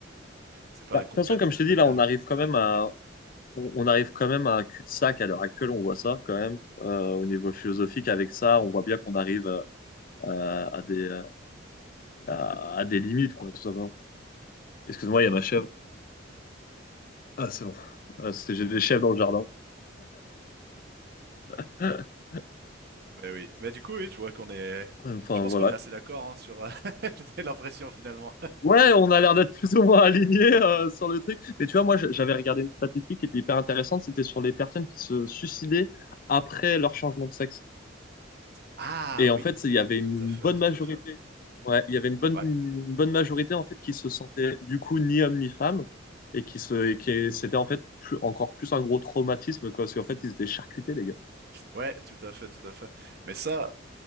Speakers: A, on the right; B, on the left.
A: c'est pas
B: Bah,
A: la
B: de
A: compète
B: toute façon, comme je t'ai dit,
A: locale,
B: là, on arrive
A: quoi.
B: quand même à, on, on arrive quand même à un cul-de-sac à l'heure actuelle, on voit ça quand même
A: Oui.
B: euh, au niveau philosophique. Avec ça, on voit bien qu'on arrive euh, à, à des, euh, à, à des limites, quoi, tout simplement. Excuse-moi, il y a ma chèvre. Ah, c'est bon. Ah, c'est- J'ai des chèvres dans le jardin. <laughs>
A: Mais oui. Mais du coup, oui, je vois qu'on est.
B: Enfin,
A: Je pense
B: voilà.
A: qu'on est assez d'accord hein, sur. euh, <laughs> J'ai l'impression finalement.
B: Ouais, on a l'air d'être plus ou moins alignés euh, sur le truc. Mais tu vois, moi, j- j'avais regardé une statistique qui était hyper intéressante. C'était sur les personnes qui se suicidaient après leur changement de sexe.
A: Ah
B: Et en
A: oui,
B: fait, il y avait une
A: tout à fait,
B: bonne
A: tout
B: majorité.
A: à fait.
B: Ouais, il y avait une bonne,
A: Ouais,
B: une bonne majorité en fait qui se sentait du coup ni homme ni femme et qui se, et qui c'était en fait plus, encore plus un gros traumatisme quoi, parce qu'en fait ils étaient charcutés les gars.
A: ouais, tout à fait, tout à fait. Mais ça,